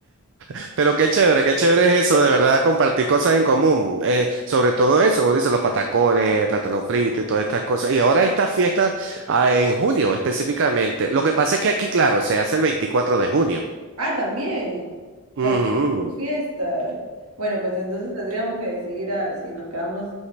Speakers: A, on the right; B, on the right.
A: <laughs> Pero qué chévere, qué chévere es eso, de verdad, compartir cosas en común. eh, sobre todo eso, como dicen los patacones, plátano frito y todas estas cosas. Y ahora esta fiesta, ah, en junio específicamente. Lo que pasa es que aquí, claro, se hace el 24 de junio.
B: Ah, también.
A: Ujú.
B: También sus fiestas. Bueno, pues entonces tendríamos que decidir a- si nos quedamos